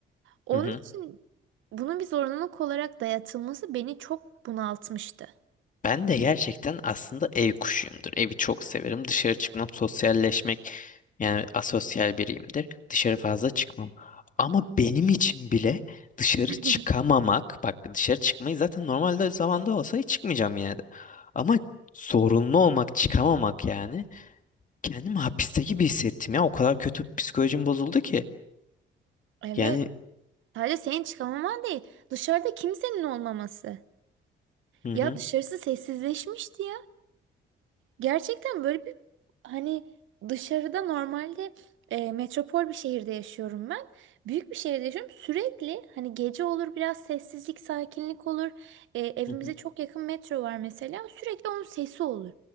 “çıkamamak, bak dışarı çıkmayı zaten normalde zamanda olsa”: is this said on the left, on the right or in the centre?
Left